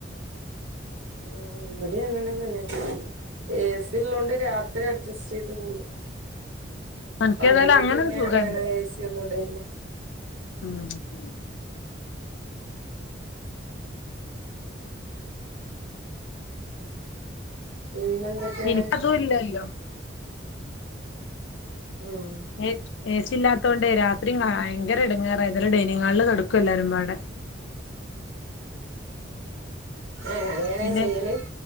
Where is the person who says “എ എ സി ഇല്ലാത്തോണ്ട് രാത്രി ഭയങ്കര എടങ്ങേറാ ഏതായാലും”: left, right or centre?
Left